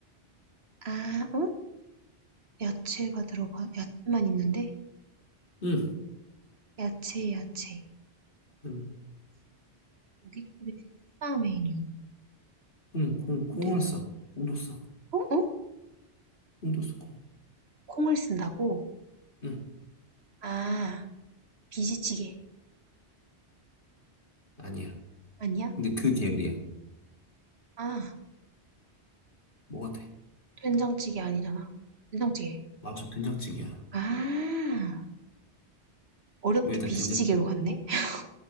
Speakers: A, on the right; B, on the left.
A: 아 어? 야채가 들어가 야채만 있는데?
B: 응,
A: 야채 야채.
B: 응,
A: 고깃집의 식사 메뉴.
B: 콩, 콩, 콩을
A: 근데
B: 써. 콩도 써.
A: 어? 어?
B: 콩도 써, 콩.
A: 콩을 쓴다고?
B: 응.
A: 아 비지찌개
B: 아니야.
A: 아니야?
B: 근데 그 계열이야.
A: 아
B: 뭐가 돼?
A: 된장찌개 아니잖아. 된장찌개.
B: 맞아, 된장찌개야.
A: 아 어렵게
B: 왜 나
A: 비지찌개로
B: 된장찌개,
A: 갔네? <laughs>